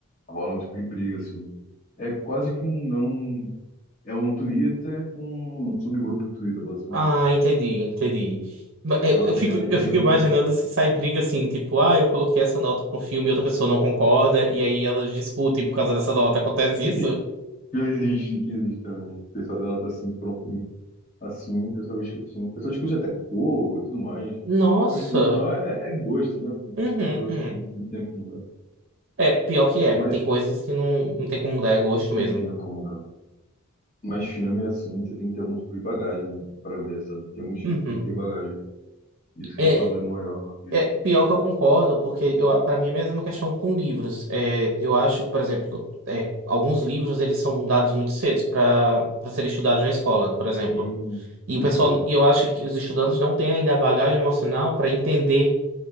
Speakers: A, on the left; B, on the right.
A: rola um tipo de briga, assim. É quase que um, é um, é um Twitter com um subgrupo do Twitter, basicamente.
B: Ah, entendi, entendi. Ma- Eu
A: É uma
B: eu fico,
A: panelinha
B: eu fico
A: da panelinha.
B: imaginando se sai briga assim, tipo, ah, eu coloquei essa nota pro filme e outra pessoa não concorda, e aí elas discutem por causa dessa nota. Acontece
A: <laughs>
B: isso?
A: Que existe, que existe também. O pessoal da nota assim, pronto assim, pessoal discutindo. Pessoal discute até cor e tudo mais.
B: Nossa.
A: Mas, tipo, no final é, é é gosto, né? É
B: Uhum,
A: um gosto,
B: uhum.
A: não não tem o que mudar.
B: É, pior que é.
A: Mas,
B: Tem coisas que não, não tem como mudar, é gosto
A: não
B: mesmo.
A: tem o que mudar. Mas filme, assim, você tem que ter algum tipo de bagagem para ver, sabe? Tem alguns
B: Uhum.
A: filmes que tem que ter bagagem. Isso
B: É,
A: que é o problema maior, eu acredito.
B: é pior que eu concordo, porque eu, para mim é a mesma questão com livros. É, eu acho que, por exemplo, é, alguns livros eles são dados muito cedo para para serem estudados na escola, por exemplo.
A: Hum,
B: E
A: perfeito.
B: o pessoal, e eu acho que os estudantes não têm ainda a bagagem emocional para entender